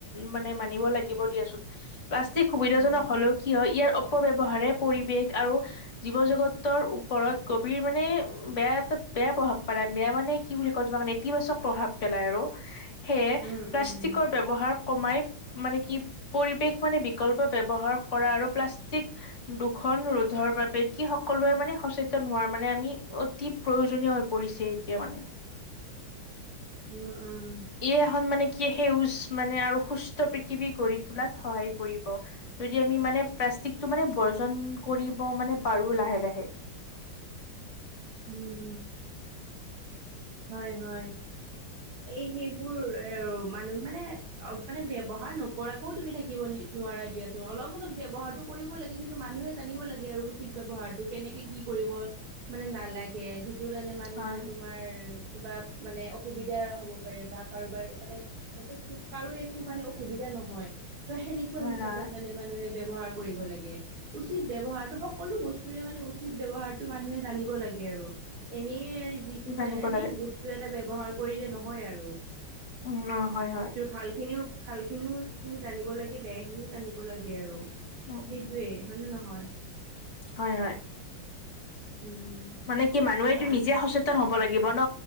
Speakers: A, on the left; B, on the right.
A: মানে মানিব লাগিব দিয়াচোন প্লাষ্টিক সুবিধাজনক
B: উম
A: হ'লেও। কি হয়, ইয়াৰ অপব্যয়ৱহাৰে পৰিৱেশ আৰু জীৱ জগতৰ ওপৰত গভীৰ মানে, বেয়া এটা বেয়া প্ৰভাৱ পায় বেয়া মানে কি বুলি কয়, তোমাকে নেতিবাচক প্ৰভাৱ পেলাই আৰু, সেয়ে
B: উম
A: প্লাষ্টিকৰ
B: উম
A: ব্যৱহাৰ কমাই মানে, কি পৰিৱেশ মানে, বিকল্প ব্যৱহাৰ কৰা আৰু প্লাষ্টিক দুখন ৰোধৰ বাবে, কি সকলোৱে মানে, সচেতন হোৱাৰ মানে আমি অতি প্ৰয়োজনীয় হৈ পৰিছে, এতিয়া মানে
B: উম, উম,
A: ই, এখন মানে কি সেউজ মানে, আৰু সুস্থ পৃথিৱী গঢ়ি তোলাত সহায় কৰিব। যদি আমি মানে, প্লাষ্টিকটো মানে বৰ্জন কৰিব মানে পাৰো লাহে লাহে
B: উম, হয়, হয়, এই সেইবোৰ এ, মানুহ মানে, অ মানে ব্যৱহাৰ নকৰাক আকৌ, তুমি থাকিব নি নোৱাৰা দিয়াচোন, অলপ অলপ ব্যৱহাৰটো কৰিব লাগে কিন্তু মানুহে জানিব লাগে আৰু উচিত ব্যৱহাৰটো। কেনেকে কি কৰিব মানে নালাগে, যিটোৰ কাৰণে মানুহৰ
A: হয়
B: তোমাৰ কিবা মানে অসুবিধা হব পাৰে, বা কাৰোবাৰ মানে যাতে কাৰো একো মানে সুবিধা নহয়, ত সেনেকুৱা
A: হয়
B: হিচাপত
A: হয়
B: মানে মানুহে ব্যৱহাৰ কৰিব লাগে। উচিত ব্যৱহাৰটো, সকলো বস্তুৰে মানে, উচিত ব্যৱহাৰটো মানুহে জানিব লাগে আৰু এনেই, যিকোনো
A: জানিব
B: এনেই
A: লাগে
B: বস্তু এটা ব্যৱহাৰ কৰিলে নহয় আৰু
A: উ, হয়, হয়,
B: ভালখিনিও, ভালখিনিও তুমি জানিব লাগে, বেয়াখিনিও জানিব লাগে আৰু
A: উম
B: সেইটোৱে,
A: উম
B: হয় নে নহয়,
A: হয় হয়
B: উম
A: মানে কি, মানুহে এইটো
B: বা
A: নিজে সচেত ন হব লাগিব ন,